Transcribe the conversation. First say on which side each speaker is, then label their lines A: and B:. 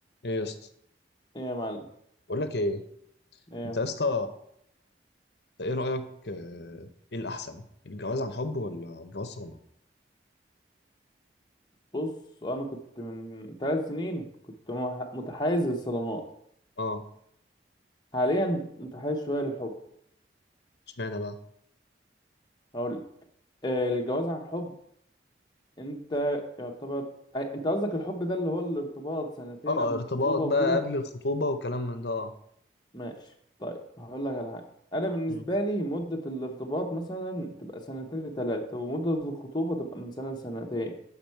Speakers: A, on the left (about 65°); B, on the left (about 25°).
A: ايه يا اسطى
B: ايه يا معلم
A: بقول لك ايه
B: ايه
A: انت يا اسطى انت ايه رايك آه، ايه الاحسن الجواز عن حب ولا الجواز صالونات
B: بص انا كنت من ثلاث سنين كنت مح- متحيز للصدمات
A: اه
B: حاليا متحيز شويه للحب
A: اشمعنى بقى
B: هقول لك آه، الجواز عن الحب انت يعتبر آه، انت قصدك الحب ده اللي هو الارتباط سنتين
A: اه
B: قبل
A: ارتباط
B: الخطوبه
A: بقى
B: وكده
A: قبل الخطوبة وكلام من ده اه
B: ماشي طيب هقول لك على حاجه انا بالنسبه
A: امم
B: لي مده الارتباط مثلا تبقى سنتين لثلاثه ومده الخطوبه تبقى من سنه لسنتين